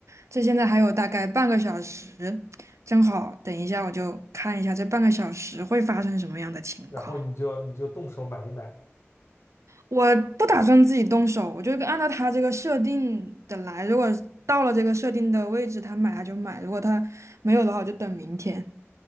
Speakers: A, on the right; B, on the left.
A: 这现在还有大概半个小时，正好等一下我就看一下这半个小时会发生什么样的情况。
B: 然后你就你就动手买一买，
A: 我不打算自己动手，我就按照他这个设定的来。如果到了这个设定的位置，他买他就买；如果他没有的话，我就等明天。